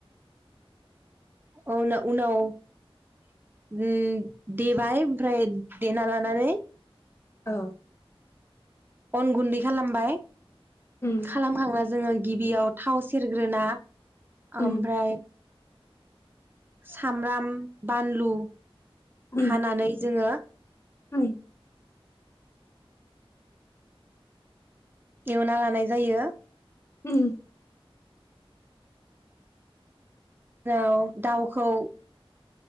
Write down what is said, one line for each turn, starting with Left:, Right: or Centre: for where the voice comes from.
Right: औन उनाव उम देबाय ओमफ्राय देना लानानै
Left: औ
Right: अन गुन्दै खालामबाय
Left: उम
Right: खालाम खांना जोङो गिबियाव थाव सेरग्रोना ओमफ्राय
Left: उम
Right: सामब्राम बानलु
Left: उम
Right: हानानै जोङो गैया
Left: उम
Right: एवना लानाय जायो
Left: उम
Right: औ दाउखौ